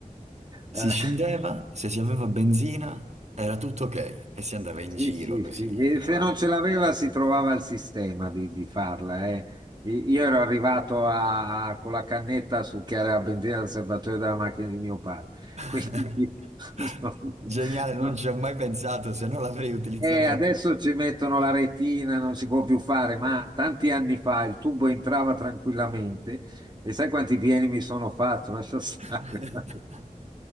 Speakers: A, on the right; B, on the right.
A: Eh,
B: Si scendeva, se si aveva benzina era tutto ok e si andava in
A: sì,
B: giro
A: sì,
B: così
A: sì. E
B: avanti.
A: se non ce l'aveva si trovava il sistema di, di farla. eh. I- Io ero arrivato a- a- con la cannetta sul chiaro a benzina del serbatoio della macchina di mio padre,
B: <laughs>
A: quindi <laughs>
B: Geniale, non
A: non,
B: ci ho mai pensato, se no l'avrei utilizzata
A: E adesso
B: anch'io.
A: ci mettono la retina, non si può più fare, ma tanti anni fa il tubo entrava tranquillamente e sai quanti pieni mi sono fatto? Lascia stare.
B: <laughs>
A: <laughs>